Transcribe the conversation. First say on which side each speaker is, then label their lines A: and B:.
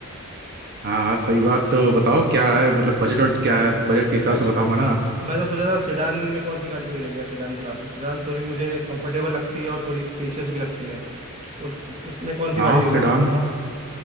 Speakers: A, on the right; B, on the right.
A: हाँ हाँ सही बात तो बताओ क्या है मतलब बजट और क्या है बजट के हिसाब
B: मैं
A: से
B: तो
A: बताऊंगा ना
B: मैं तो सोच रहा था सेडान में कौन सी गाड़ी सही रहेगी यार सेडान क्लास में सेडान थोड़ी मुझे कंफर्टेबल लगती है और थोड़ी स्पेशियस भी लगती है तो उस, उसमें कौन सी
A: हाँ
B: गाड़ी लेनी
A: सेडान
B: चाहिए बताओ